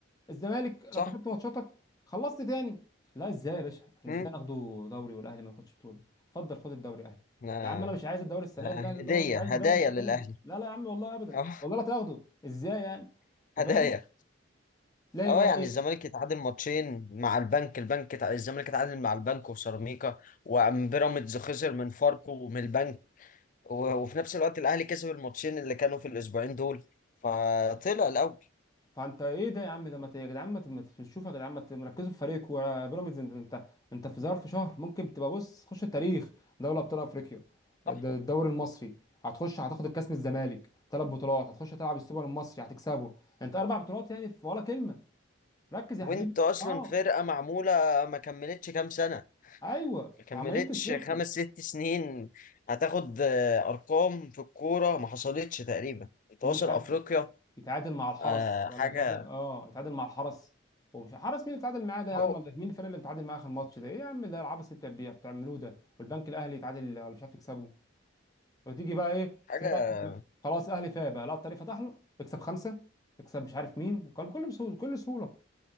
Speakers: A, on the left; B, on the left.
A: الزمالك لو
B: صح
A: كسبت ماتشاتك خلصت تاني لا ازاي يا باشا احنا
B: مم.
A: ازاي ناخده دوري والاهلي ما ياخدش بطوله اتفضل خد الدوري يا اهلي
B: آه.
A: يا عم انا مش عايز الدوري السنه
B: آه.
A: دي الاهلي يقول
B: هدية
A: لهم انا مش عايز
B: هدايا
A: الدوري السنه
B: للاهلي
A: دي لا لا يا عم والله ابدا
B: اه
A: والله لا تاخده ازاي يعني
B: <laughs>
A: انت
B: هدايا
A: فاهم تلاقي
B: اه
A: بقى
B: يعني
A: ايه
B: الزمالك يتعادل ماتشين مع البنك البنك يتع- الزمالك يتعادل مع البنك وسيراميكا وبيراميدز خسر من فاركو ومن البنك و- وفي نفس الوقت الاهلي كسب الماتشين اللي كانوا في الاسبوعين دول فطلع الاول
A: فانت ايه ده يا عم ده ما ت- يا جدعان ما ت- ما تشوف يا جدعان ما تركزوا في فريقكم ولا بيراميدز انت انت انت في ظرف شهر ممكن تبقى بص تخش التاريخ دوري ابطال افريقيا د-
B: صح
A: الدوري المصري هتخش هتاخد الكاس من الزمالك ثلاث بطولات هتخش تلعب السوبر المصري هتكسبه انت اربع بطولات يعني في ولا كلمه ركز
B: وانت
A: يا حبيبي
B: اصلا
A: اه
B: فرقه معموله ما كملتش كام سنه
A: ايوه
B: ما كملتش
A: وعمالين تصرفوا
B: خمس ست سنين هتاخد آه، ارقام في الكوره ما حصلتش تقريبا انت
A: يجي
B: واصل
A: مش عارف
B: افريقيا
A: يتعادل مع الحرس
B: آه
A: ولا
B: حاجه
A: مش عارف إيه. اه يتعادل مع الحرس ومش حرس مين اللي اتعادل معاه ده يا
B: هو
A: عم ولا مين الفريق اللي متعادل معاه اخر ماتش ده ايه يا عم ده العبث اللي بتعمل- بتعملوه ده والبنك الاهلي يتعادل ولا مش عارف يكسبه وتيجي بقى ايه
B: حاجه
A: تلاقي بقى- خلاص الاهلي فاق بقى لا الطريق فتح له يكسب خمسه يكسب مش عارف مين كل كل بسهوله كل سهوله